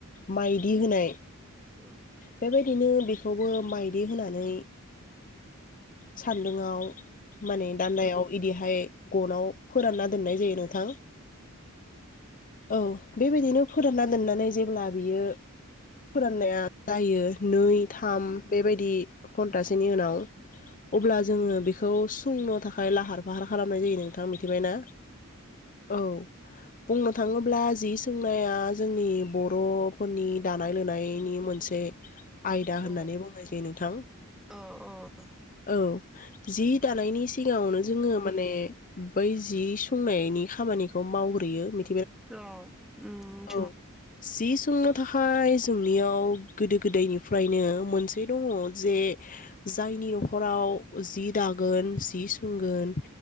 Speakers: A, on the left (about 40°); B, in the centre.
A: माइदि होनाय
B: औ उम औ
A: बेबायदिनो बेखौबो माइदि होनानै सान्दुंआव माने दान्दायाव इदिहाय गनाव फोरानना दोननाय जायो नोंथां औ बेबायदिनो फोरानना। दोननानै जेब्ला बियो फोराननाया जायो नै थाम बेबायदि घन्टसेनि उनाव अब्ला जोङो बेखौ सोंनो थाखाय लाहार फाहार खालामनाय जायो नोंथाङा मिथिबायना औ बुंनो थाङोब्ला जि सोंनाया। जोंनि बरफोरनि दानाय लुनायनि मोनसे आयदा
B: औ
A: होननानै बुंनाय जायो नोंथां
B: औ औ उम
A: औ जि दानायनि सिगावनो जोङो माने बै जि संनायनि खामानिखौ मावग्रोयो मि
B: औ उम।
A: औ सि सोंनो। थाखाय जोंनियाव। गोदो गोदायनिफ्रायनो मोनसे दङो जे जायनि न खराव जि दागोन जि सोंगोन